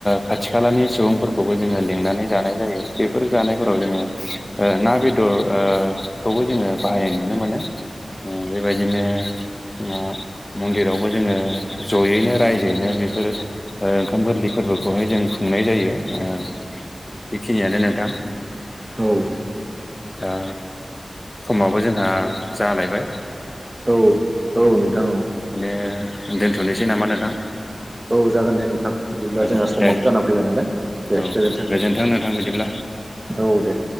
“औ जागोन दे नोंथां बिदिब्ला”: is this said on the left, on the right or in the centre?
Right